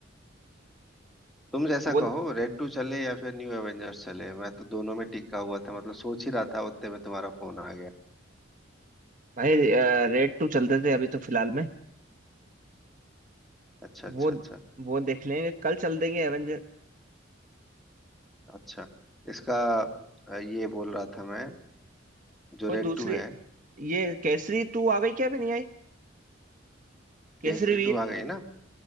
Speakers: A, in the centre; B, on the right.
A: तुम जैसा
B: वो
A: कहो रेड टू चले या फिर न्यू एवेंजर्स चले मैं तो दोनों में टिका हुआ था मतलब सोच ही रहा था उतने में तुम्हारा फोन आ गया
B: भाई रेड टू चलते थे अभी तो फिलहाल में
A: अच्छा अच्छा
B: वो
A: अच्छा
B: वो देख लेंगे कल चल देंगे एवेंजर
A: अच्छा इसका अ, ये बोल रहा था मैं जो
B: कोई
A: रेड
B: दूसरी
A: टू है
B: ये केसरी टू आ गई क्या अभी नहीं आई केसरी
A: केसरी
B: वीर
A: टू आ गई ना